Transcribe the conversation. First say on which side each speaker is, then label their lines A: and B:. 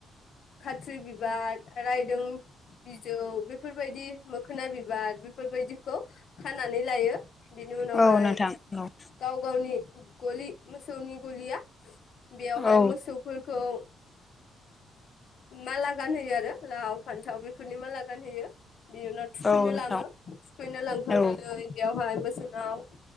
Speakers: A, on the left (about 65°); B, on the left (about 25°).
A: खाथ्रि बिबार रायदों बिजौ बेफोरबायदि मोखोना बिबार बेफोरबायदिखौ खानानानै लायो। बिनि उनावहाय
B: औ नोंथां औ
A: गाव गावनि गलि मोसौनि गलिया बेयावहाय
B: औ
A: मोसौफोरखौ ओ माला गानहोयो आरो लाव फान्थाव बेफोरनि माला गानहोयो। बि उनाव थुखैनो
B: औ नोंथां
A: लाङो थुखैनो लांखांनानै
B: औ
A: बेयावहाय बोसोराव